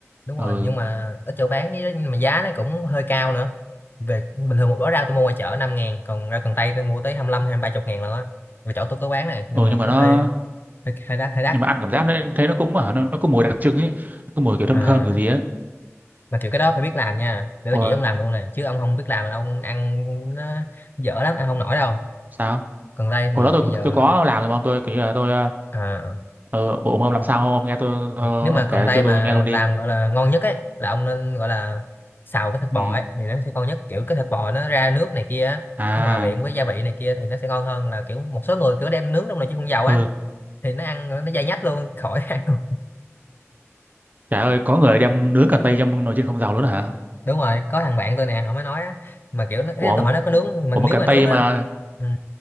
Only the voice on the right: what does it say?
ừ
ừ
nhưng
mà nó
nhưng mà ăn cảm giác nó thấy nó cũng hả nó nó có mùi đặc trưng ấy nó có mùi kiểu thơm
thơm kiểu gì ấy
rồi
sao
hồi đó tôi
tôi có làm thì mà ông tôi kiểu như là tôi
ờ ừ, ông ông làm sao không ông nghe tôi tôi-
ông kể
cho
tôi nghe luôn đi
ừ
à
ừ
trời ơi có người đem nướng cần tây trong nồi chiên không dầu luôn hả
ủa
ủa mà
cần
tay
mà